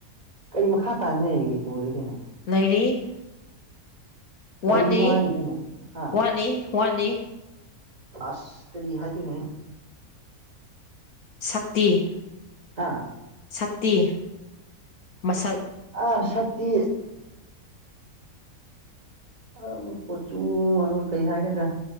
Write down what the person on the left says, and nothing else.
ꯂꯩꯔꯤ
ꯋꯥꯠꯂꯤꯋꯥꯠꯂꯤꯋꯥꯠꯂꯤ
ꯁꯛꯇꯤ
ꯁꯛꯇꯤ ꯃꯁꯛ